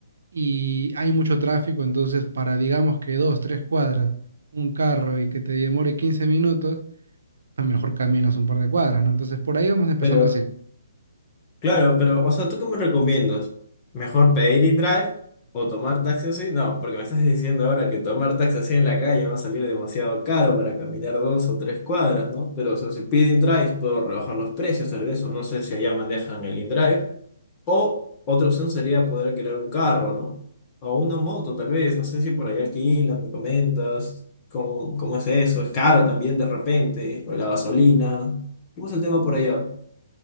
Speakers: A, on the right (about 70°); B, on the left (about 15°).
A: y hay mucho tráfico, entonces para digamos que dos, tres cuadras, un carro y que te demore 15 minutos, pues mejor caminas un par de cuadras, ¿no? Entonces por ahí vamos empezando
B: Pero
A: así.
B: Claro, pero, o sea, ¿tú qué me recomiendas? ¿Mejor pedir y drive o tomar taxi así? No, porque me estás diciendo ahora que tomar taxi así en la calle va a salir demasiado caro para caminar dos o tres cuadras, ¿no? Pero, o sea, si pido in-drive, puedo rebajar los precios tal vez, o no sé si allá manejan el in-drive. O otra opción sería poder alquilar un carro, ¿no? O una moto tal vez, no sé si por allá alquilan, me comentas, ¿cómo, cómo es eso? ¿Es caro también de repente? ¿O la gasolina? ¿Cómo es el tema por allá?